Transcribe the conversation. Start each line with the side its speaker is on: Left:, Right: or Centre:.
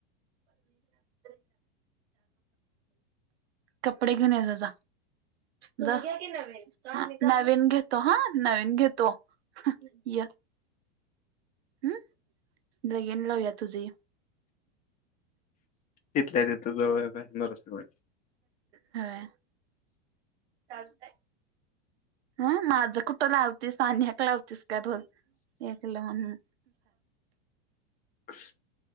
Right: <inaudible> कपडे घेऊन ये जा. नवी घेतो हा नवीन घेतो. ये. हम् लगीन लावूया तुझी ये.
Left: तिथल्या तिथ जवळ नरूसवाडी.
Right: हा चालतंय. ह माझं कुठं लावतेस अ्याक लावतीस का र एकलं म्हण.
Left: अस